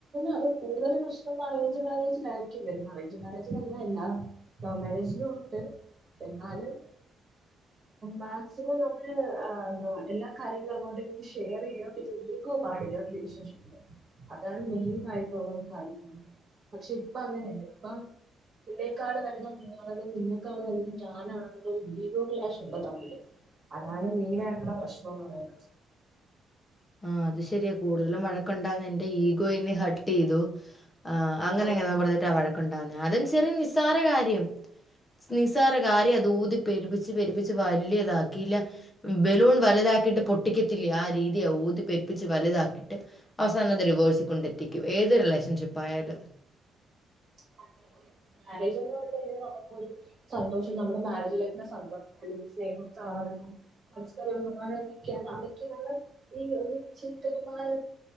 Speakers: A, on the right; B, on the left.
A: അത് കൂടുതല് പ്രശ്നം <unintelligible> അറേയ്ഞ്ച് മാരേജിലായിരിക്കും വെരുന്നത് അറേഞ്ച് മാരേജി ല്ല ല്ല ലവ് മാരേജിലൂ ഉണ്ട്. എന്നാലും മാക്സിമം നമ്മള് എല്ലാ എ കാര്യങ്ങളും അങ്ങോട്ടു ഇങ്ങോട്ട് ഷെയർ ചെയ്യും. പിന്നെ ഈഗോ പാടില്ല റിലേഷൻഷിപ്പില് അതാണ് മെയിൻ ആയിട്ടുള്ള ഒരു കാര്യം. പക്ഷെ ഇപ്പ അങ്ങനെല്ല. ഇപ്പ നിന്നെക്കാള് നല്ലത് നീയാണെല്ലെ നിന്നെക്കാളു വല്ത് ഞാനാണ്ന്നു ള്ളൊരു ഈഗോ ക്ലാഷ് ഇണ്ട് തമിയില് അതാണ് മെയിനായിട്ട്ള്ള പ്രശ്നൊന്ന് പറയുന്നത്
B: ആഹ് അത് ശെരിയ കൂടുതലും വഴക്ക് കണ്ടോ നിന്റെ ഈഗോയിന്ന് ഹട്ട് എയ്തു ആഹ് അങ്ങന
A: സത്യം
B: അങ്ങനെ പറഞ്ഞിട്ടാ വഴക്കുണ്ടാവുന്നേ അതും ചെറ്യനിസ് നിസാര കാര്യം നിസാരകാര്യാ തൂതിപ്പെരും പെരുപ്പിച്ച പെരിപ്പിച്ച് വലിയതാക്കിയില്ല ബലൂൺ വലുതാക്കിയിട്ട് പൊട്ടിക്കത്തില്ലെ ആ രീതി ഊതി പെരിപ്പിച്ച് വലുതാക്കിട്ട് അവസാന അത് ഡിവെഴ്സ്കൊണ്ടെ ത്തിക്കും ഏത് റിലേഷൻഷിപ്പായാലും
A: സത്യം ഒരു മാരേജ് എന്ന് പറഞ്ഞ കഴിഞ്ഞാൽ നമുക്കൊരു സന്തോഷം നമ്മുടെ മാരേജ് ലൈഫിലെ സന്തോഷം അല്ലെങ്കിൽ സ്നേഹവും സഹകരണവും മസ്റ്റ് ബഹുമാനം എന്നൊക്കെയാണ് അതൊക്കെയാണ് ഈ ഒരു വിജയകരമായ